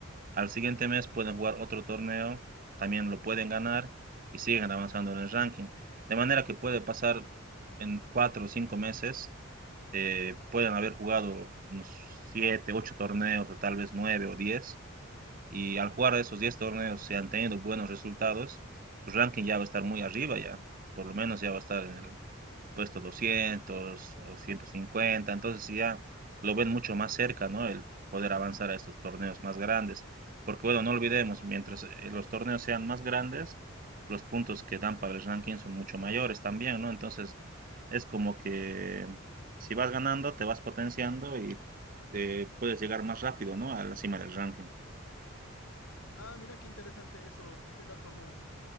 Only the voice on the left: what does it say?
Ah, mira qué interesante eso, ese dato no,